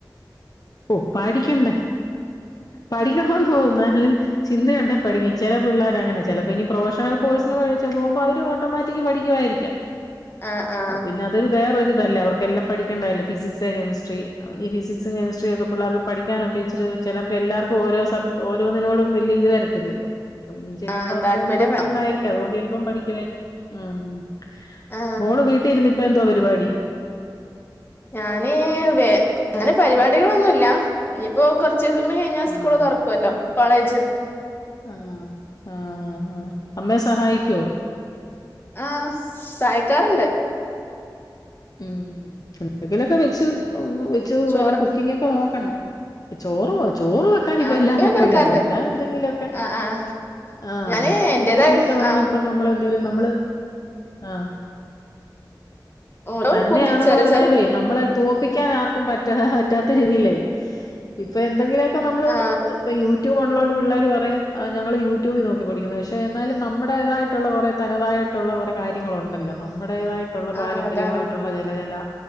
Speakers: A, on the left; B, on the left.
A: ഓ പഠിക്കണ്ടേ പഠിക്കണോ ഓ നല്ല ചിന്ത ഒണ്ടേ പഠിക്കും ചില പിള്ളേരങ്ങനെ ചിലപ്പോ ഇനി പ്രൊഫഷണൽ കോഴ്സിന് പഴിച്ച് പോകുമ്പോ അവര് ഓട്ടോമാറ്റിക്ക് പഠിക്കുമായിരിക്കാം
B: ആ ആ
A: അപ്പപ്പിന്നെ അതൊരു വേറെ ഒരു ഇതല്ലേ അവർക്കെല്ലാം പഠിക്കെണ്ടതല്ലേ ഫിസിക്സ് കെമിസ്ട്രി അവന് ഈ ഫിസിക്സും കെമസ്ട്രിയൊക്കെ പിള്ളേർക്ക്‌ പഠിക്കാനൊക്കെ ഇച്ചിരി ചെലർക്ക് എല്ലാർക്കും ഓരോ സബ് ഓ ഓരോന്നിനോടും വലിയ ഇത് വരത്തില്ലോ അപ്പൊ ഇനി ചെല്ലുമ്പോ
B: ആ
A: അത്രയൊന്നും
B: താല്പര്യം
A: പഠിക്കേണ്ടാരി
B: വേണം
A: ക്കും അതുകൊണ്ട് ചെല്പ്പം പഠിക്കുവാരിക്കും ഉം
B: ആ
A: മോള് വീട്ടിലിരുന്ന് ഇപ്പ എന്തുവാ പരിപാടി
B: ഞാന് വെ അങ്ങനെ പരിപാടികളൊന്നുല്ല ഇനിയിപ്പോ കൊറച്ച് ദിവസങ്കൂടി കഴി ഞാ സ്കൂള്
A: ആഹ്
B: തൊറക്കുവല്ലോ കോളേജ്
A: ആഹ് ആഹ് ഹാ അമ്മയെ സഹായിക്കുവോ
B: ആഹ് സഹായിക്കാറുണ്ട്
A: ഉം എന്തെങ്കിലൊക്കെ വെച്ച് ഒന്ന് വെച്ച്
B: ചോറ്
A: വല്ല കുക്കിങ്ങൊക്കെ നോക്കണം ചോറുവോ ചോറ് വെക്കാൻ ഇപ്പ
B: ആ
A: എല്ലാരും
B: കുക്കിംഗ് ഒക്കെ
A: കഴിയേല
B: വെക്കാറുണ്ട്
A: അല്ലാതെന്തെങ്കിലൊക്കെ
B: ആ ആ
A: ആഹ്
B: ഞാന് എന്റേതായ
A: കുക്കിങ്ങൊക്കെ നമ്മളിപ്പ
B: ആ
A: നമ്മള് എന്തേ ലും നമ്മള് ആഹ്
B: ഓരോ
A: തന്നെയാണെന്ന്
B: കുക്കി ചെറിയ
A: പറഞ്ഞാലുവേ
B: ചെറിയ
A: നമ്മളെ തോപ്പിക്കാൻ ആർക്കും പറ്റാ പറ്റാത്ത രീതീലെ ഇപ്പൊ എന്തെങ്കിലുമൊക്കെ നമ്മള്
B: ആ
A: ഇപ്പ യൂ ട്യൂബ് ഉള്ളോണ്ട് പിള്ളേർ പറയും ഞങ്ങൾ യൂട്യൂബിൽ നോക്കി പഠിക്കുന്ന് പക്ഷേ എന്നാലും നമ്മടേതായിട്ടുള്ള കൊറേ തനതായി് ട്ട്ള്ളകൊറെ കാര്യങ്ങളൾ ഉണ്ടല്ലോ നമ്മുടേതായിട്ടുള്ള
B: ആ
A: പാരമ്പര്യമായിട്ടുള്ള
B: അതാണ്
A: ചെലചെല